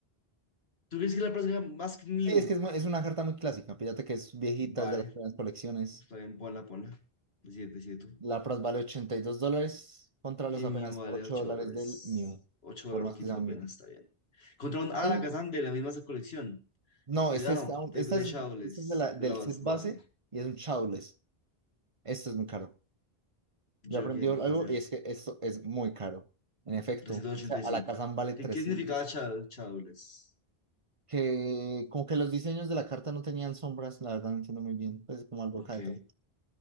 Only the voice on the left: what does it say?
¿Tú crees que la próxima más que Mew?
Vale,
está bien, ponla, ponla. Decide, decide tú.
Y
Mew vale
8
dólares.
8 dolaruquitos
apenas,
está bien. Contra un
Alakazam de la misma colección.
De,
ah, no,
de,
de
Shadowless,
de
la bas-
base.
Yo
creo que
va a ser
trescientos ochenta
y
cinco
¿Qué, qué significaba Shadow- Shadowless?
Ok.